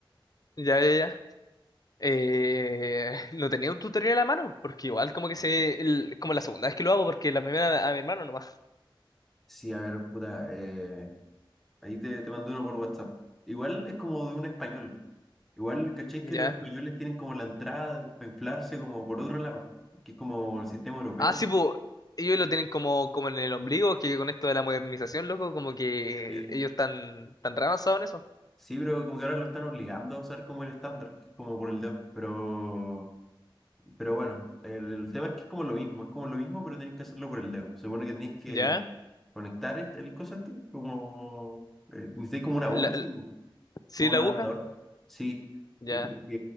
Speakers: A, on the left; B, in the centre.
A: Ya, ya, ya. Eh, no tenía un tutorial a la mano, porque igual como que se, el- como la segunda vez que lo hago, porque la primera a mi hermano nomás.
B: Sí, a ver, puta, eh, ahí te, te mandé uno por WhatsApp. Igual es como de un español. Igual, ¿cachai
A: Ya.
B: que los españoles tienen como la entrada para inflarse como por otro lado? Que es como el sistema europeo.
A: Ah, sí, pues ellos lo tienen como, como en el ombligo, que con esto de la modernización, loco, como que
B: sí
A: ellos están tan re avanzados en eso.
B: Sí, pero como que ahora lo están obligando a usar como el estándar, como por el dedo. Pero, pero bueno, el, el tema es que es como lo mismo, es como lo mismo, pero tenéis que hacerlo por el dedo. Se supone que tenéis que
A: ¿Ya?
B: conectar este- el coso este, como eh, necesitáis como una aguja
A: La-
B: así,
A: la-
B: como
A: ¿sí,
B: como
A: la
B: un
A: aguja?
B: adaptador. Sí.
A: Ya.
B: Y como que